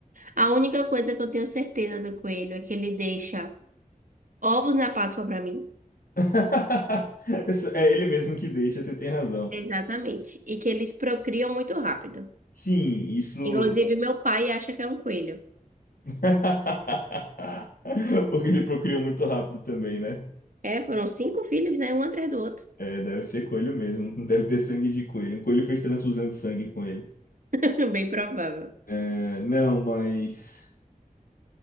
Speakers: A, on the right; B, on the left.
A: A única coisa que eu tenho certeza do coelho é que ele deixa ovos na Páscoa para mim.
B: <laughs> Isso é ele mesmo que deixa, você tem razão.
A: Exatamente. E que eles procriam muito rápido.
B: Sim, isso.
A: Inclusive, meu pai acha que é um coelho.
B: <laughs> Porque ele procriou muito rápido também, né?
A: É, foram cinco filhos, né? Um atrás do outro.
B: É, deve ser coelho mesmo. <laughs> Não deve ter sangue de coelho. Um coelho fez transfusão de sangue com ele.
A: <laughs> Bem provável.
B: É, não, mas.